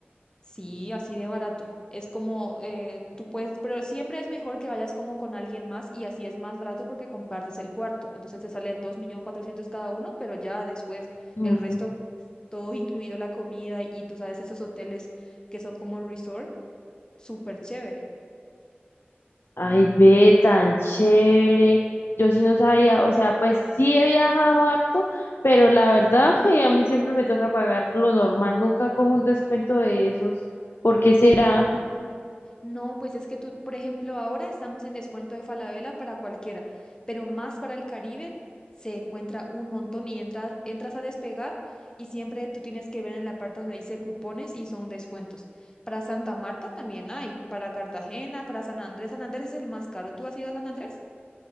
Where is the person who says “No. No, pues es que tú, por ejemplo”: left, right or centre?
Left